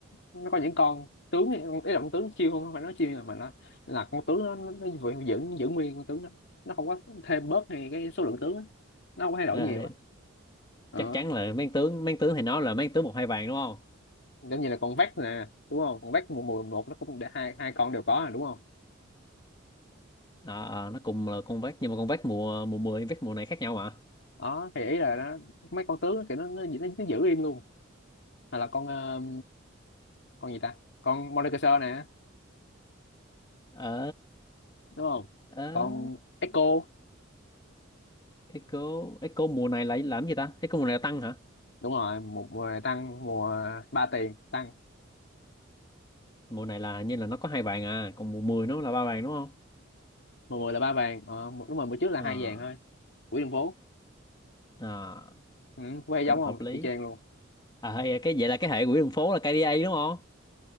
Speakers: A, on the left; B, on the left.
A: nó có những con tướng ấy, ý là con tướng chiêu không không phải nói chiêu nhưng mà nó là con tướng nó, nó, nó vẫn- giữ giữ nguyên con tướng đó nó không có thêm bớt hay cái số lượng tướng á. nó không có thay đổi
B: Ờ,
A: nhiều á Ờ.
B: chắc chắn là mang tướng mang tướng thì nó là mang tướng một hai vàng đúng không
A: giống như là con vét nè đúng không con vét mùa mùa một nó cũng để hai hai con đều có rồi đúng không
B: Đó, ờ, nó cùng là con vác nhưng mà con vác mùa mùa 10 vác mùa này khác nhau mà
A: đó thì ý là nó mấy con tướng thì nó nó, nó, nó giữ im luôn hay là con ờ, con gì ta con Mordekaiser nè
B: ờ
A: đúng không
B: ờ
A: con Echo
B: Echo Echo mùa này lại làm gì ta Echo mùa này là tăng hả
A: đúng rồi một mùa tăng mùa ba tiền tăng
B: mùa này là như là nó có hai vàng à còn mùa 10 nó là ba vàng đúng không
A: mùa mười là ba vàng ờ, mùa- đúng rồi mùa trước là
B: ờ
A: hai vàng thôi quỹ đường phố
B: ờ,
A: ừ, quay
B: cũng
A: giống
B: hợp
A: không
B: lý
A: y chang luôn
B: à hay cái vậy là cái hệ quỹ đường phố là KDA đúng không